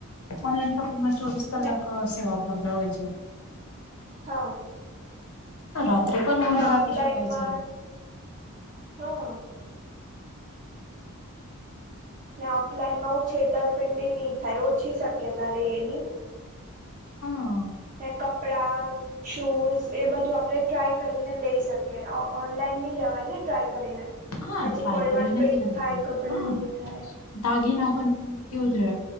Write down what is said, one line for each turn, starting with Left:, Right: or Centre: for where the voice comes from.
Left: ઓનલાઈન શોપિંગમાં ચોવીસ કલાક
Right: ને
Left: સેવા ઉપલબ્ધ હોય છે
Right: હા
Left: હા રાત્રે. પણ
Right: ના
Left: ઓર્ડર આપી
Right: ઓફલાઈનમાં
Left: શકાય છે
Right: જ હા ને ઓફલાઈનમાં હું છેતરપિંડી નહી થાય ઓછી શક્યતા રે એની
Left: હા
Right: મે કપડા શૂઝ એ બધું આપણે ટ્રાય કરીને લઈ શકીએ ઓનલાઈન નહી લેવાય ને ટ્રાય કરીને
Left: હા
Right: પછી
Left: ટ્રાય
Right: કોઈ
Left: કરીને
Right: વાર પેટ
Left: નથી રહ્યો
Right: થાય કપડાં
Left: હા
Right: નહી થાય
Left: દાગીના પણ જો કેવું જો